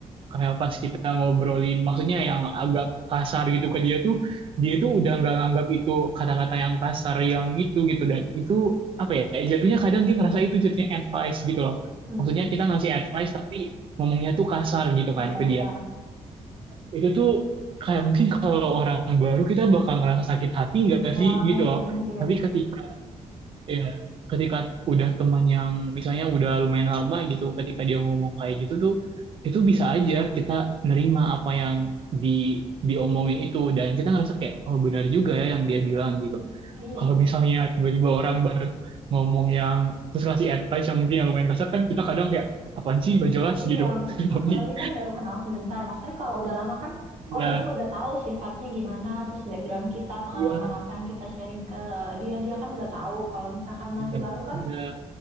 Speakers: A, on the right; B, on the right.
A: Kayak pas kita ngobrolin, maksudnya yang agak kasar gitu ke dia tuh, dia tuh udah nggak nganggap itu kata-kata yang kasar yang itu gitu dan itu apa ya? Jatuhnya kadang dia ngerasa itu jatuhnya advice gitu loh.
B: Hmm.
A: Maksudnya kita ngasih advice tapi ngomongnya tuh kasar gitu
B: Iya,
A: kan ke
B: iya.
A: dia. Eh, itu tuh kayak mungkin kalau orang baru kita bakal ngerasa sakit hati nggak
B: Iya
A: sih
B: mungkin,
A: gitu loh.
B: mungkin.
A: Tapi ketika ya ketika udah teman yang misalnya udah lumayan lama gitu, ketika dia ngomong kayak gitu tuh itu bisa aja kita nerima apa yang di diomongin itu dan kita ngerasa kayak oh benar juga ya yang dia bilang gitu.
B: Iya.
A: Kalau misalnya tiba-tiba orang baru ngomong yang terus kasih advice yang mungkin yang lumayan kasar kan kita kadang kayak apaan sih gak jelas
B: Iya,
A: gitu. <laughs> Tapi
B: apalagi kan baru kenal sebentar. Maksudnya kalau udah lama kan, oh
A: ya
B: dia udah tahu sifatnya gimana, terus background kita, pengalaman
A: iya
B: apa yang kita sharing ke dia, dia kan udah tahu. Kalau misalkan masih
A: iya
B: baru kan,
A: iya